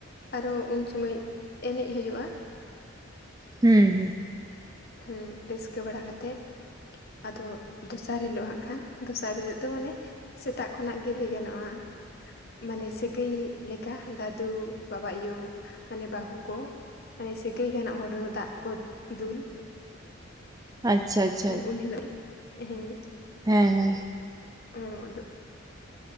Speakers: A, on the left; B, on the right.
A: ᱟᱨᱚ ᱩᱱ ᱥᱳᱢᱟᱹᱭ ᱮᱱᱮᱡ ᱦᱳᱭᱳᱜᱼᱟ
B: ᱦᱩᱸ ᱦᱩᱸ
A: ᱦᱮᱸ ᱨᱟᱹᱥᱠᱟᱹ ᱵᱟᱲᱟ ᱠᱟᱛᱮᱫ ᱟᱫᱚ ᱫᱚᱥᱟᱨ ᱦᱤᱞᱳᱜ ᱦᱟᱸᱜ ᱠᱷᱟᱱ ᱫᱚᱥᱟᱨ ᱦᱤᱞᱳᱜ ᱫᱚ ᱢᱟᱱᱮ ᱥᱮᱛᱟᱜ ᱠᱷᱚᱱᱟᱜ ᱜᱮ ᱞᱟᱹᱭ ᱜᱟᱱᱚᱜᱼᱟ ᱢᱟᱱᱮ <unintelligible> ᱞᱮᱠᱟ ᱫᱟᱫᱩ ᱵᱟᱵᱟ ᱟᱭᱳ ᱢᱟᱱᱮ ᱵᱟᱹᱦᱩ ᱠᱚ ᱢᱟᱱᱮ ᱥᱟᱹᱜᱟᱹᱭ ᱜᱟᱱᱚᱜ ᱦᱚᱲ ᱫᱚ ᱫᱟᱜ ᱠᱚ ᱫᱩᱞ
B: ᱟᱪᱪᱷᱟ ᱟᱪᱷᱟ
A: ᱢᱟᱱᱮ ᱩᱱ ᱦᱤᱞᱳᱜ - ᱦᱮᱸ
B: ᱦᱮᱸ ᱦᱮᱸ
A: <unintelligible> ᱟᱫᱚ